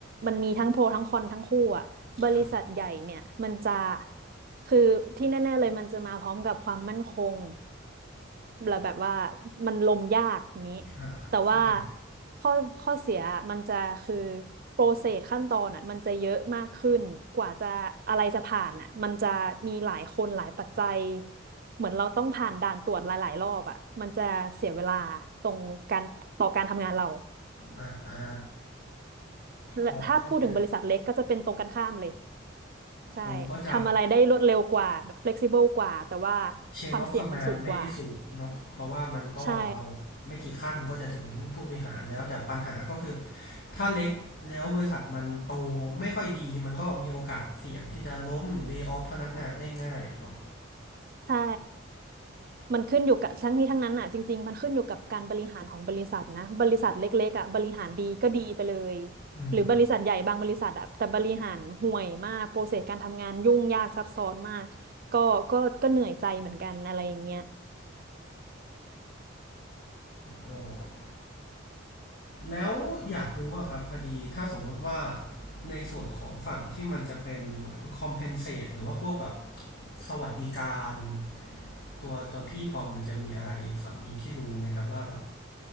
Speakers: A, on the right; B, on the left.
A: มันมีทั้งโปรทั้งคอนทั้งคู่อ่ะบริษัทใหญ่เนี่ยมันจะ
B: ครับ
A: คือที่แน่ๆเลยมันจะมาพร้อมกับความมั่นคง แล้วแบบว่ามันลมยากอย่างนี้
B: อ่าเข้าใจ
A: แต่ว่าข้อข้อเสียมันจะคือโปรเซสขั้นตอนอ่ะมันจะเยอะมากขึ้นกว่าจะอะไรจะผ่านอ่ะมันจะมีหลายคนหลายปัจจัยเหมือนเราต้องผ่านด่านตรวจหลายๆรอบอ่ะมันจะเสียเวลาตรงการต่อการทำงานเรา
B: อ่าอ่า
A: และถ้าพูดถึงบริษัทเล็กก็จะเป็นตรงกันข้ามเลย
B: อ๋อเข้าใจ
A: ใช่ทำอะไรได้รวดเร็วกว่าแบบ
B: มันก็จะ
A: flexible กว่าแต่ว่า
B: เชนอฟคอมมานด์ไม่ได้สูงเนาะเพราะว่ามันก็เราไม่กี่ขั้นก็จะถึงผู้บริหารแล้วแต่ปัญหาก็คือ
A: ความเสี่ยงมันสูงกว่าใช่
B: ถ้าเล็กแล้วบริษัทมันโตไม่ค่อยดีมันก็มีโอกาสเสี่ยงที่จะล้มหรือเล y o อ f พนักงานได้ง่ายเนาะ
A: ใช่ มันขึ้นอยู่กับทั้งนี้ทั้งนั้นอ่ะจริงๆมันขึ้นอยู่กับการบริหารของบริษัทนะบริษัทเล็กๆอ่ะบริหารดีก็ดีไปเลย
B: อืม
A: หรือบริษัทใหญ่บางบริษัทอ่ะแต่บริหารห่วยมากโปรเซสการทำงานยุ่งยากซับซ้อนมากก็ก็ก็เหนื่อยใจเหมือนกันอะไรอย่างเงี้ย
B: โอ้แล้วอยากรู้อะครับพอดีถ้าสมมุติว่าในส่วนของฝั่งที่มันจะเป็นเหมือน compensate หรือว่าพวกแบบสวัสดิการตัวตัวพี่พรมันจะมีอะไรฝั่งนี้ที่รู้ไหมครับว่าแบบ